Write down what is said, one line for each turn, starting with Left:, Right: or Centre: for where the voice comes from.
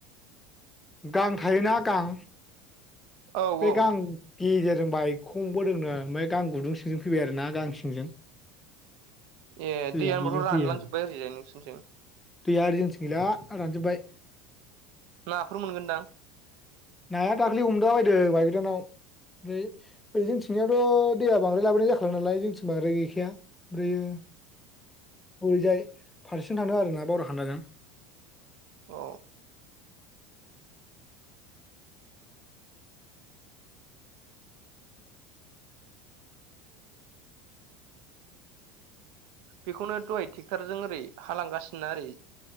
Left: गां थायोना गां।
Right: औ
Left: बे
Right: औ
Left: गां गेजेर जों बायखंबोदोंनो ओमफ्राय गां गुदुं सिंजों फैबाय आरोना गां सिंजों।
Right: ए
Left: दैया
Right: दैयाहोनबाथ'
Left: बेजों
Right: रानलां
Left: फैयो
Right: जोब्बाय आरैजाय नोंसोरनिथिं।
Left: दैया ओरै जोंथि गैला रानजोबबाय।
Right: नाफोर मोनगोनदां?
Left: नाया दाख्लै हमला बायदों बाइगोदानाव। ओमफ्राय ओरै जोंथिंनियाथ' दैया बांद्राय लाबोनाय जाखाला नालाय जोंथिं बांद्राय गैखाया ओमफ्रायो। हरैजाय फारसेथिं थांदों आरोना बावरा खान्दाजों?
Right: औ। बेखौनो दहाय ट्रेक्ट'रजों ओरै हा लांगासिनोना ओरै